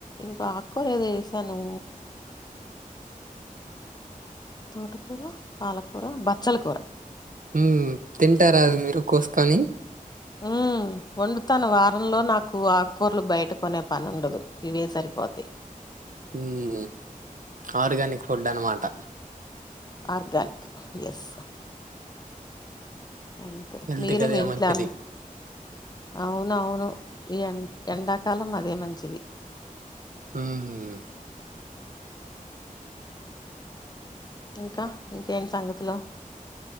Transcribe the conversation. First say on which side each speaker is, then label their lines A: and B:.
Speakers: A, on the left; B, on the right.
A: ఇంకో ఆకూర ఏదో వేసాను తోటకూర పాలకూర బచ్చల కూర
B: హ్మ్ తింటారా అది మీరు కోసుకొని
A: మ్మ్ వండుతాను వారంలో నాకు ఆకూరలు బయట కొనే పని ఉండదు ఇవే సరిపోతాయి
B: హ్మ్ ఆర్గానిక్ ఫుడ్ అనమాట
A: ఆర్గనిక్ ఎస్ అంతే
B: హెల్త్
A: మీరు
B: కదే
A: మీ ఇంట్లో
B: మంచిది
A: అన్న అవునవును ఈ ఎండాకాలం అదే మంచిది
B: హ్మ్
A: ఇంకా ఇంకేంటి సంగతులు